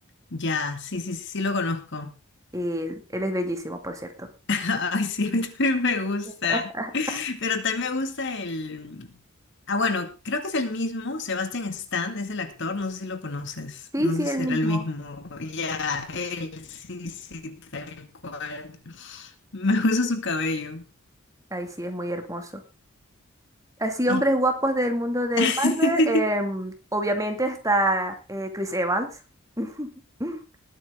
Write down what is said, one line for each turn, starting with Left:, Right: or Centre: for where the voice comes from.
Left: Ya, sí, sí, sí, sí lo conozco.
Right: Y él, él es bellísimo, por cierto.
Left: <laughs> Ay, sí, a mí también me gusta.
Right: <laughs>
Left: Pero también me gusta el... Ah, bueno, creo que es el mismo. Sebastian Stan es el actor. No sé si lo conoces.
Right: Sí,
Left: No
Right: sí,
Left: sé
Right: él
Left: si será
Right: mismo.
Left: el mismo. Ya, él, sí, sí, tal cual. Me gusta su cabello.
Right: Ay, sí, es muy hermoso. Así,
Left: Eh.
Right: hombres guapos del mundo de
Left: <laughs>
Right: Marvel. em, obviamente está eh, Chris Evans. <laughs>